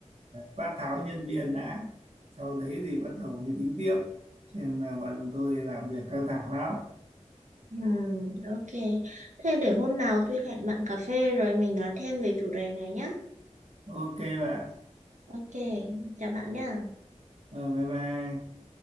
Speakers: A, on the right; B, on the right.
A: quát tháo nhân viên đã. Sau đấy thì bắt đầu mới tính tiếp. Cho nên là bọn tôi làm việc căng thẳng lắm.
B: ừ, ok thế để hôm nào tôi hẹn bạn cà phê rồi mình nói thêm về chủ đề này nhé
A: Ok bạn.
B: ok chào bạn nhé
A: Ờ, bye bye.